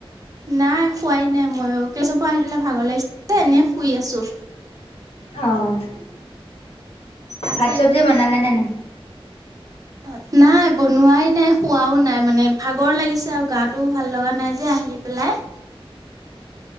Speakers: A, on the right; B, on the left.
A: নাই খোৱাই নাই ময়ো <unintelligible> আহিপেলাই ভাগৰ লাগিছিল যে এনেই শুই আছো।
B: অ'
A: আজি
B: ভাত চবজি বনালে নে নাই?
A: ত নাই বনোৱাই নাই, খোৱাও নাই মানে, ভাগৰ লাগিছে আৰু গা টোও ভাল লগা নাই যে আহ আহি পেলাই।
B: <inaudible>